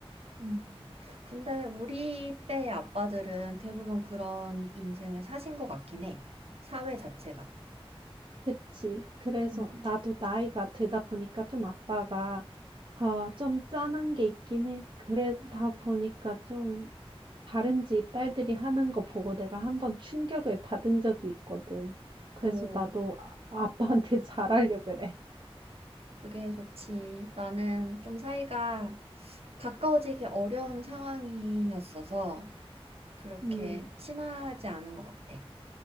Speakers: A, on the right; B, on the right.
A: 음, 근데 우리 때의 아빠들은 대부분 그런 인생을 사신 것 같긴 해. 사회 자체가.
B: 그치. 그래서
A: 음.
B: 나도 나이가 들다 보니까 좀 아빠가 아, 좀 짠한 게 있긴 해. 그러다
A: 음.
B: 보니까 좀 다른 집 딸들이 하는 거 보고 내가 한번 충격을 받은 적이 있거든. 그래서
A: 오,
B: 나도 아, 아빠한테 <laughs> 잘하려 그래.
A: 그게 좋지. 나는 좀 사이가 가까워지기 어려운 상황이었어서 그렇게
B: 음,
A: 친하지 않은 것 같아.